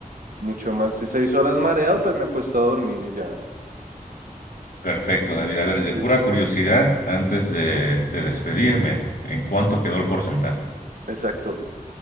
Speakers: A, on the right; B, on the left.
A: Mucho más. Si seis horas mareado, pues me acuesto a dormir y ya.
B: Perfecto, David. A ver, de pura
A: Sí,
B: curiosidad, antes de, de despedirme, ¿en cuánto quedó el porcentaje?
A: exacto.